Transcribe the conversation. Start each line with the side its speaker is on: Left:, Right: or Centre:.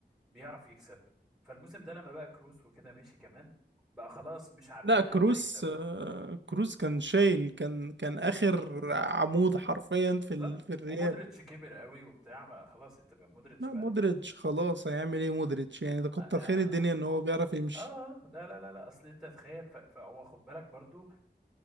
Centre: بيعرف يكسب فالموسم ده لما بقى كروس وكده ماشي كمان بقى خلاص مش عارفين
Right: لا كروس
Centre: حتى يكسبوا
Right: آه، كروس كان شايل كان كان اخر
Centre: امم
Right: عمود حرفيا في
Centre: بالظبط
Right: ال... في الريال
Centre: ومودريتش كبر قوي وبتاع ما خلاص انت بقى مودريتش
Right: لا
Centre: بقى
Right: مودريتش خلاص هيعمل ايه مودريتش يعني ده كتر
Centre: اه اه
Right: خير الدنيا ان هو بيعرف يمشي
Centre: آه، لا لا لا لا اصل انت تخيل ف- فهو خد بالك برضو